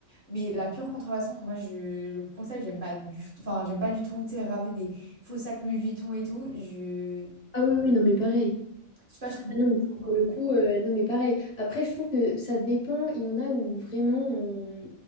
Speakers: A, on the right (about 40°); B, on the left (about 40°).
A: Mais la pure contrefaçon, moi, je, le concept, j'aime pas du, enfin, j'aime pas du tout. Tu sais, ramener des faux sacs Louis Vuitton et tout, je,
B: Ah oui, oui, non, mais pareil.
A: je sais pas, je comprends.
B: Ah non, mais pour
A: pas.
B: le coup, euh, non, mais pareil. Après, je trouve que ça dépend. Il y en a où vraiment, on-